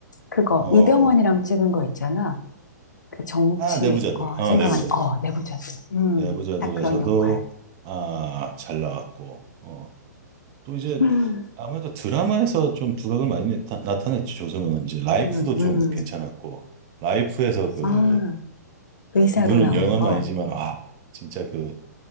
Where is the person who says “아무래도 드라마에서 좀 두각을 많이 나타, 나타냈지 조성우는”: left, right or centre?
Right